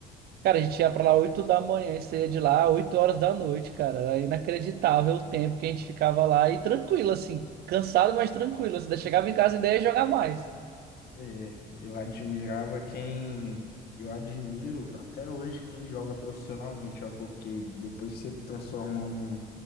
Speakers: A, on the right (about 70°); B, on the left (about 70°).
A: Cara, a gente ia pra lá 8 da manhã e saía de lá 8 horas da noite, cara. Era inacreditável o tempo que a gente ficava lá e tranquilo, assim, cansado, mas tranquilo. Assim, daí chegava em casa e daí ia jogar mais.
B: É, eu admirava quem. Eu admiro até hoje quem joga profissionalmente, ó, porque depois que você transforma um,